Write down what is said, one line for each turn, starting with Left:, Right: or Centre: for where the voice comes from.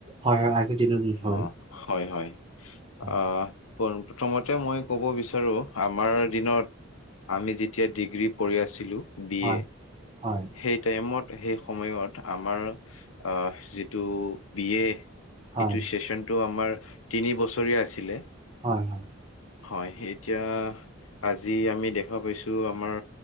Right: হয় হয়, আজিৰ দিনত হয়।
Left: অ হয় হয়,
Right: হয়,
Left: অ'। প্ৰথমতে মই ক'ব বিচাৰোঁ, আমাৰ দিনত আমি যেতিয়া, ডিগ্ৰী পঢ়ি আছিলোঁ। বি
Right: হয়,
Left: এ,
Right: হয়,
Left: সেই টাইমত সেই সময়ত আমাৰ অ', যিটো বি এ,
Right: হয়,
Left: সেইটো চেচনটো আমাৰ তিনি বছৰীয়া আছিলে।
Right: হয় হয়।
Left: হয়, এতিয়া আজি আমি দেখা পাইছোঁ, আমাৰ